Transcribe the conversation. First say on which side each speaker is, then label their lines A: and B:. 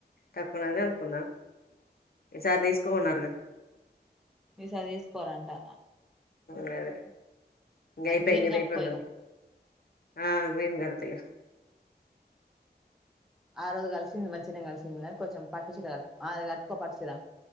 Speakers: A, on the left (about 60°); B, in the centre.
A: తక్కువనని అనుకున్నా ఈ సారి తీసుకో మన్నారుగా
B: ఈసారి తీసక పోరంటా
A: ఉమ్ గదే గయితే
B: గ్రీన్
A: ఇంగ
B: కట్టుకో
A: రేపే <unintelligible>
B: ఇగ
A: ఆ గ్రీన్ గడ్ తగా
B: ఆ రోజు కలిసింది మంచిగానే కలిసింది కానీ కొంచెం పట్టు సీర కట్టు ఆ అది కట్టుకో పట్టు సీర